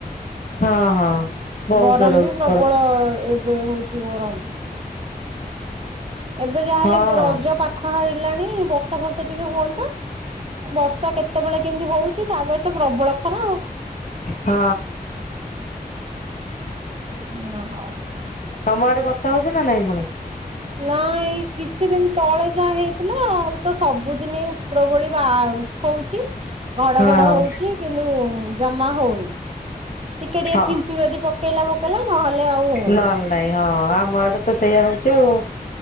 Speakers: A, on the left (about 60°); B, on the right (about 40°).
A: ହଁ ହଁ ବହୁତ
B: ଗରମ
A: ଜୋର ହଉଛି
B: ବି ପ୍ରବଳ
A: ଖରା
B: ଏବେ ହଉଛି ଗରମ। ଏବେ ଯାହାହେଲେ
A: ହଁ
B: ରଜ ପାଖ ହେଇଲାଣି ବର୍ଷା ବର୍ଷା ଟିକେ ହୁଅନ୍ତା। ବର୍ଷା କେତେବେଳେ କେମିତି ହଉଛି ତା ବଳେ ତ ପ୍ରବଳ ଖରା ଆଉ।
A: ହଁ।
B: <unintelligible>
A: ତମ ଆଡେ ବର୍ଷା ହଉଛି ନା ନାଇଁ ପୁଣି?
B: ନା ଏଇ କିଛି ଦିନ ତଳେ ଯାହା ହେଇଥିଲା ଆଉ ତ ସବୁଦିନ ପ୍ରବଳ ବା ଉଠଉଛି। ଘଡ
A: ହଁ
B: ଘଡ ହଉଛି କିନ୍ତୁ ଜମା ହଉନି। ଟିକେ ଟିକେ
A: ହଁ
B: ଫିମ୍ପିବାଦି ପକେଇଲା ପକେଇଲା ନହେଲେ ଆଉ ହଉନି।
A: ନହେଲେ ନାଇଁ ହଁ ଆମର ଆଡେ ତ ସେଇଆ ହଉଛି ଆଉ।